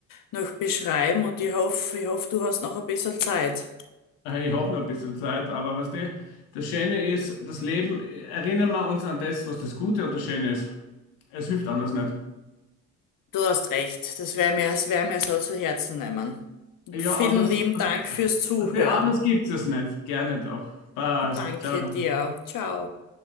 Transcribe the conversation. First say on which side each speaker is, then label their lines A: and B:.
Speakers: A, on the left; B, on the left.
A: noch beschreiben und ich hoffe, ich hoffe, du hast noch ein bisschen Zeit.
B: Äh, Ich habe noch ein bisschen Zeit, aber was die, das Schöne ist, das Leben, äh, erinnern wir uns an das, was das Gute und das Schöne ist. Es hilft anders nicht.
A: Du hast recht, das wäre mir, das wär mir so zu Herzen nehmen. Und
B: Ja,
A: vielen
B: anders,
A: lieben
B: was
A: Dank
B: die,
A: fürs Zuhören.
B: was die, anders gibt es nicht. Gerne doch. Passt.
A: Danke
B: Ciao.
A: dir. Ciao.